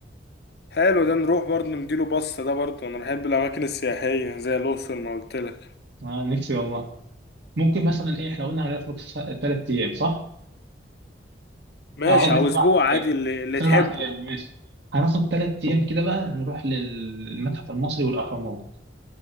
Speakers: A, on the left; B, on the right.
A: حلو ده نروح برضه نديله بصة ده برضه انا بحب الاماكن السياحية زي الاقصر ما قلت لك
B: آه نفسي والله ممكن مثلا ايه احنا قلنا هنخرج ثلاث ايام صح؟
A: ماشي
B: آه، قصدي
A: او
B: سبع
A: اسبوع عادي
B: ايام
A: اللي, اللي
B: سبع
A: تحبه
B: ايام ماشي هناخد ثلاث ايام كده بقى نروح للمتحف المصري والاهرامات